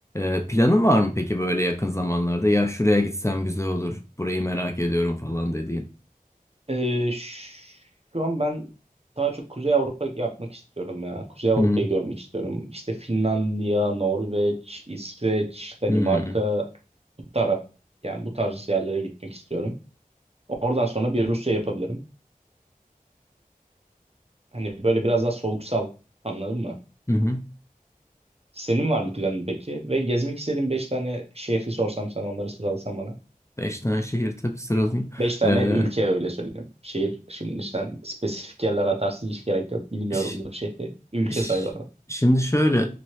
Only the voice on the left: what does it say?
E, planın var mı peki böyle yakın zamanlarda? Ya şuraya gitsem güzel olur, burayı merak ediyorum falan dediğin.
Hı hı,
hı hı.
hı hı.
Beş tane şehir tabii sıralayayım.
Ee,
ş-
ş-
şimdi şöyle